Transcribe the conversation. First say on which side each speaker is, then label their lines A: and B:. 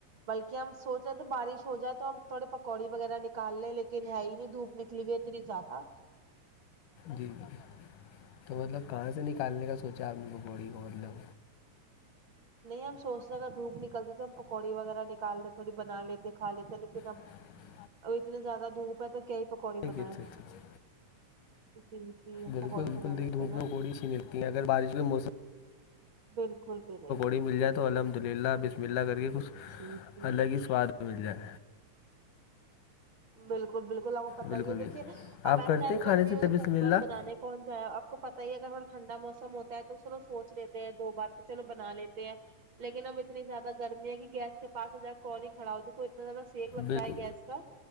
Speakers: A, on the right; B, on the left.
A: بلکہ ہم سوچ رہے تھے بارش ہو جائے تو ہم تھوڑے پکوڑی وغیرہ نکال لے لیکن ہے ہی نہیں دوپ ن کو تری زدا
B: جی جی تو مطلب کہاں سے نکالنے کا سوچا آپ نے پکوڑی کو مطلب
A: نہیں ہم سوچتے ہیں اگر دھوپ نکلتی تو ہم پکوڑی وغیرہ نکال رہ تھوڑی بنا لیتے کھا لیتے ہیں لیکن ہمب
B: ہ
A: ا اتنے زیادہ دھوپ ہے تو کیا ہی پکوڑی بنائے
B: کی اچھا اچھا اچھا
A: اسی لیچی
B: بالکل
A: پکوڑی
B: بالکل
A: بنا
B: دیکھ
A: لیتے
B: دھوپ
A: نا
B: میں پکوڑی اچھی نہیں لگتی ہیں اگر بارش کے موسم
A: بالکل بھی نہیں
B: تھڑی مل جائے تو الحمد للہ بسم اللہ کر کے کچھ
A: جی جی
B: الگ ہی سواد مل جائے
A: بالکل بالکل آپ کو پت
B: بالکل
A: ہی ہے
B: بالکل
A: دیکھیے
B: آپ
A: اب ایسا
B: کرتے
A: اب
B: ہیں کھانے
A: گرمی
B: سے
A: میں تو
B: بسم
A: پہلی
B: اللہ
A: بار بنانے کا کون جائے آپ کو پتتا ہی ہے اگر ہم ٹھنڈا موسم ہوتا ہے تو چلو سوچ لیتے ہیں دو بار تو چلو بنا لیتے ہیں لیکن اب اتنی زیادہ گرمی ہے کہ گیس کے پس ا کوال ہی کھا ہو دیکھ کو اتنا زیادہ سیک لگتا
B: بالکل
A: ہے گیس کا